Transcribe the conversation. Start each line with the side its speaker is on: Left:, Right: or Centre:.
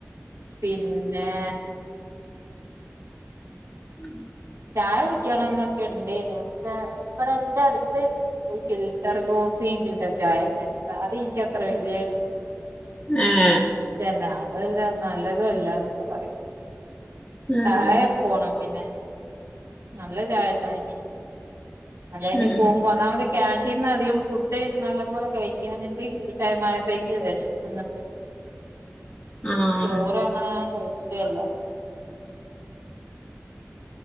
Right: പിന്നെ
Left: <inaudible>
Right: ചായ കുടിക്കണംന്നൊക്കെ ഇണ്ടേന് പക്ഷെ ഇവിടെ ന്റെ അടുത്ത് ഫിൽറ്റർ കോഫി ഫിൽറ്റർ ചായക്കെ അത് ഇനിക്ക് അത്ര വല്ല്യെ
Left: എഹ്
Right: ഇഷ്ടല്ല അതല്ല നല്ലതുല്ലന്നൊക്കെ പറയും
Left: ഉം
Right: തായെ പോണം പിന്നെ നല്ല ചായട്ട <unintelligible> അല്ലഞ്ഞ്
Left: ഉം
Right: പോകുമ്പോ ഒന്നാമതി ക്യാന്റീന്ന അധികം ഫുഡ് നല്ല പോലെ കഴിക്കാഞ്ഞിട്ട് ഈ ടൈമായത്തേക്ക് വെഷ് ക്കന്ന്ണ്ട്
Left: ആഹ്
Right: ചോറ് അങ്ങനെ ഞാൻ കയിച്ചിട്ടേല്ല